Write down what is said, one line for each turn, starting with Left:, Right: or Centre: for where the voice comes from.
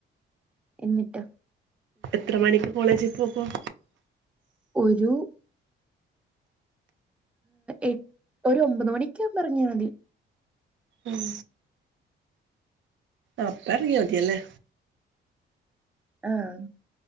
Centre: എന്നിട്ട്
Right: എത്ര മണിക്ക് കോളേജിൽ പോകും?
Centre: ഒരു- എട് ഒരു ഒമ്പത് മണിക്കാവുമ്പോ എറങ്ങിയാ മതി
Right: ഉം അപ്പ എറങ്ങിയ മതിയല്ലേ
Centre: ആഹ്